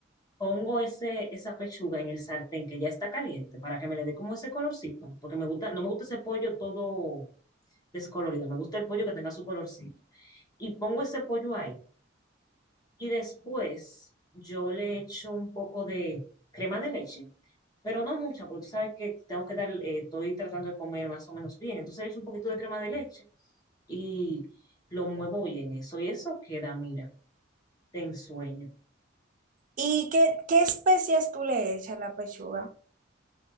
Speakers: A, on the left; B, on the right.
A: pongo ese, esa pechuga en el sartén que ya está caliente para que me le dé como ese colorcito, porque me gusta, no me gusta ese pollo todo descolorido, me gusta el pollo que tenga su colorcito. Y pongo ese pollo ahí y después yo le echo un poco de crema de leche. Pero no mucha, porque tú sabes que tengo que dar, eh, estoy tratando de comer más o menos bien. Entonces le echo un poquito de crema de leche y lo muevo bien eso. Y eso queda, mira de ensueño.
B: ¿Y qué, qué especias tú le echas a la pechuga?